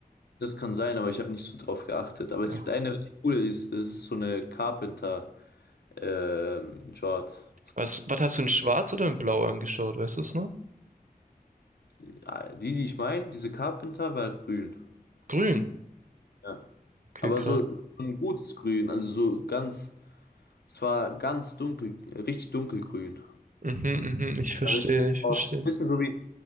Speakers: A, on the left (about 85°); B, on the right (about 55°).
A: Das kann sein, aber ich habe nicht so drauf geachtet. Aber
B: Ja.
A: es gibt eine richtig coole, die ist, das ist so eine Carpenter ähm, Short.
B: Was, was hast du in Schwarz oder in Blau angeschaut, weißt du es noch?
A: Die, die ich meine, diese Carpenter war grün.
B: Grün.
A: Ja.
B: Okay,
A: Aber
B: krass.
A: so so ein gutes Grün, also so ganz. Es war ganz dunkel, richtig dunkelgrün.
B: Mhm, mhm, ich verstehe,
A: War richtig
B: ich
A: aus.
B: verstehe.
A: Bisschen so wie,